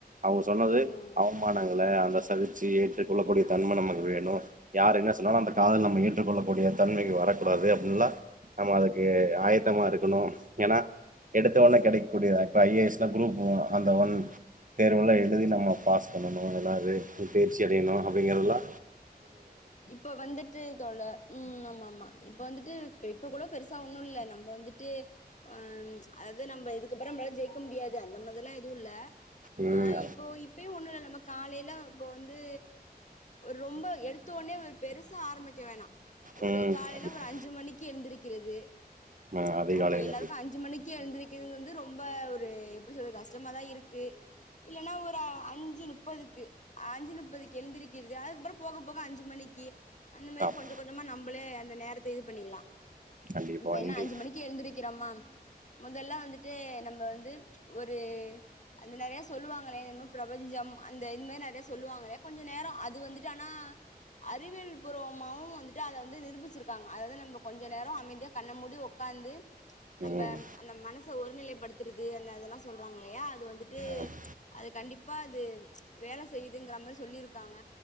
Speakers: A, on the right; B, on the left.
A: அவுங்க சொன்னது
B: ம்
A: அவமானங்கள அந்த சகிச்சி ஏற்றுக்க கொள்ளக்கூடிய தன்ம நமக்கு வேணு யாரு என்ன சொன்னாலு அந்த காதுல நம்ம ஏற்றுக்கொள்ளக்கூடிய தன்மைக்கு வரக்கூடாது அப்டின்லா நம்ம அதுக் ஆயத்தமா இருக்கணு ஏன்னா எடுத்த உடனே கிடைக்கூடிய அந்த ஐ ஏ எஸ் ன குரூப் அந்த ஒன் தேர்வெலா எழுதி நம்ம பாஸ் பண்ணணு எல்லாரு தேர்ச்சி அடையணு அப்டிங்கிறதலா
B: இப்ப வந்துட்டு தொல்ல ம் ஆமா ஆமா இப்ப வந்துட்டு இப்ப கூட பெருசா ஒண்ணு இல்ல நம்ம வந்துட்டு ம் அதாது நம்ம இதுக்கப்பறே நம்மளாலு ஜெயிக்க முடியாது அந்த மாதிரி எல்லா எதுவு இல்ல
A: ம்
B: ஆ இப்போ இப்பயு ஒண்ணு இல்ல நம்ம காலையில இப்ப வந்து ரொம்ப எடுத் த்துதோனயே ஒரு பெருசா ஆரம்பிக்க வேணா ஒரு
A: ம்
B: காலையில
A: கண்டிப்பா
B: ஒரு அஞ்சு மணிக்கு எழுந்திருக்கிறது
A: ஆ அதிகாலைல
B: அப்ப எல்லாருக்கு அஞ்சு மணிக்கே எழுந்திரு இதுங்க வந்து ரொம்ப ஒரு எப்டி சொல்றது கஷ்டமாதா இருக்கு இல்லன்னா ஒரு அஞ்சு முப்பதுக்கு அஞ்சு முப்பதுக்கு எழுந்திருக்கிறது அதுக்கப்பறே போக போக அஞ்சு மணிக்கு அந்த மாறி
A: ஆம்
B: கொஞ்சே கொஞ்சமா நம்மளே அந்த நேரத்தை இது பண்ணிக்கலா
A: கண்டிப்பா
B: இப்ப என்ன
A: இன்றி
B: அஞ்சு மணிக்கு எழுந்திருக்கிறோமா முதல்லா வந்துட்டு நம்ப வந்து ஒரு அந்த நெறைய சொல்லுவாங்களே பிரபஞ்சம் அந்த இது மாதிரி நெறைய சொல்லுவாங்களே கொஞ்ச நேரம் அது வந்துட்டு ஆனா அறிவியல் பூர்வமாவு வந்துட்டு அத வந்து நிரூபிச்சிருக்காங்க அதாவது நம்ம கொஞ்ச நேரம் அமைதியா கண்ண மூடி உக் உட்காந்து நம்ப
A: ம்
B: அந்த மனசு ஒரு நிலைப்படுத்துறது அந்த அதெல்லா சொல்றாங்க இல்லையா அது வந்துட்டு
A: ஆம்
B: அது கண்டிப்பா அது வேலை செய்யுதுங்குற மாறி சொல்லிருக்காங்க